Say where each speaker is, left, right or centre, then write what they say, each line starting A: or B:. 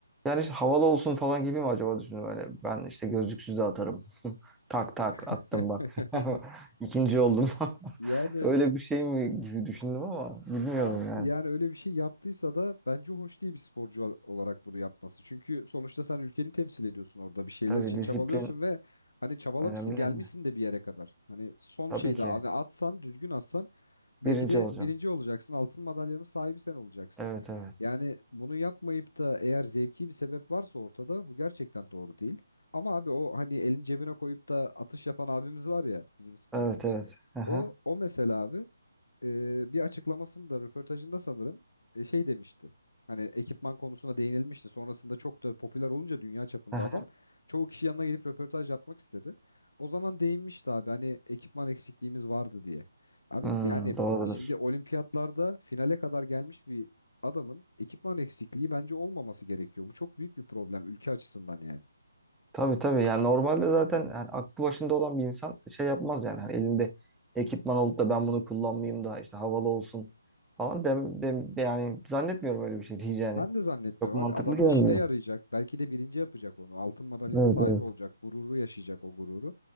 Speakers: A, in the centre; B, on the left (about 80°).
A: Yani işte havalı olsun falan gibi mi acaba düşündüm öyle. Ben işte gözlüksüz de atarım. <laughs> Tak tak attım
B: <laughs>
A: bak. <laughs> İkinci oldum. <laughs>
B: Yani
A: Öyle bir şey mi gibi düşündüm ama bilmiyorum
B: abi
A: yani.
B: yani öyle bir şey yaptıysa da bence hoş değil bir sporcu ol- olarak bunu yapması. Çünkü sonuçta sen ülkeni temsil ediyorsun orada. Bir şeyler
A: Tabii
B: için
A: disiplin
B: çabalıyorsun ve hani çabalamışsın,
A: önemli
B: gelmişsin
A: yani.
B: de bir yere kadar. Hani son
A: Tabii
B: şeyde
A: ki.
B: hani atsan, düzgün atsan Belki
A: Birinci
B: de
A: olacağım.
B: birinci olacaksın. Altın madalyanın sahibi sen olacaksın.
A: Evet evet.
B: Yani bunu yapmayıp da eğer zevki bir sebep varsa ortada bu gerçekten doğru değil. Ama abi o hani elin cebine koyup da atış yapan abimiz var ya bizim sporcumuz.
A: Evet evet. Aha,
B: O o mesela abi e, bir açıklamasında röportajında sanırım e, şey demişti. Hani ekipman konusuna değinilmişti. Sonrasında çok da popüler olunca dünya çapında
A: aha.
B: adam çoğu kişi yanına gelip röportaj yapmak istedi. O zaman değinmişti abi hani ekipman eksikliğimiz vardı diye. Abi
A: Hmm,
B: yani
A: doğrudur.
B: şimdi olimpiyatlarda finale kadar gelmiş bir adamın ekipman eksikliği bence olmaması gerekiyor. Bu çok büyük bir problem ülke açısından yani.
A: Tabii tabii yani normalde zaten yani aklı başında olan bir insan şey yapmaz yani hani elinde ekipman olup da ben bunu kullanmayayım da işte havalı olsun falan dem, dem, de yani zannetmiyorum öyle bir şey <laughs> diyeceğini.
B: Ben de zannetmiyorum
A: Çok mantıklı
B: abi. Adamın
A: gelmiyor.
B: işine yarayacak. Belki de birinci yapacak onu. Altın madalyanın
A: Evet
B: sahibi
A: evet.
B: olacak. Gururu yaşayacak o gururu.